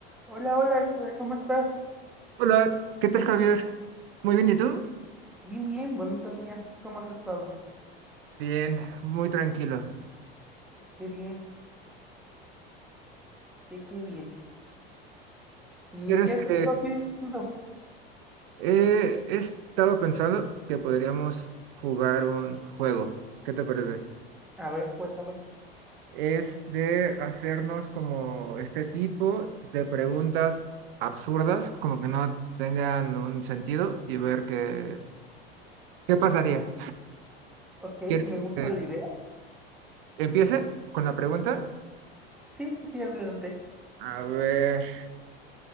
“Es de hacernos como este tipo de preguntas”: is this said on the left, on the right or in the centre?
Right